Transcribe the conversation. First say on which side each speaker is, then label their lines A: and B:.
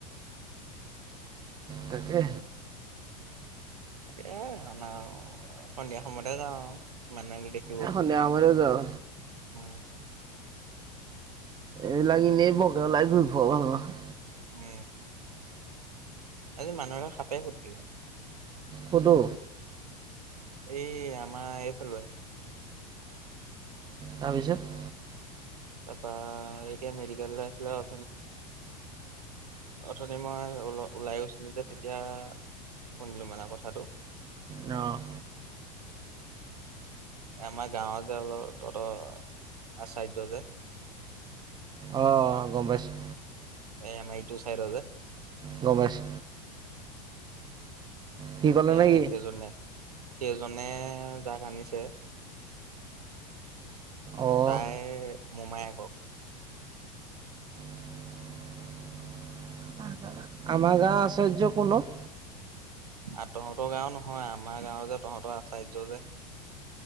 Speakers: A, on the right (about 20°); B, on the right (about 70°).
A: তাকে।
B: <inaudible> সন্ধিয়া সময়তে যাওঁ মানুহে নেদেখি
A: এ সন্ধে সময়তে যওঁ।
B: অ,
A: এই লাগিনেই বৰকে ওলাই ঘূৰি ফুৰাওঁ ভাল নহয়।
B: উম, আজি মানুহ এটাক সাপে খুটিলে।
A: কুদো।
B: এই আমাৰ এইফালৰে।
A: তাৰপাছত?
B: তাৰপা এতিয়া মেডিকেল আছিলে <inaudible> অথনি মই ওল-ওলাই গৈছিলোঁ যে তেতিয়া শুনিলোঁ মানে কথাটো।
A: অহ,
B: আমাৰ গাঁৱৰ যে অলপ তহঁতৰ আচায্য যে,
A: অ, গম পাইছোঁ।
B: এ এ আমাৰ ইটো চাইডৰ যে।
A: গম পাইছোঁ। সি ক'লে
B: এ
A: নেকি
B: সেইজনে। সেইজনে যাক আনিছে,
A: অঁ
B: তাইৰ মোমাইয়েকক।
A: <inaudible> আমাৰ গাঁৱৰ আৰ্চায্য কোনো অ,?
B: আ, তহঁতৰ গাঁও নহয় আমাৰ গাঁওৰ যে তহঁতৰ আৰ্চায্য যে,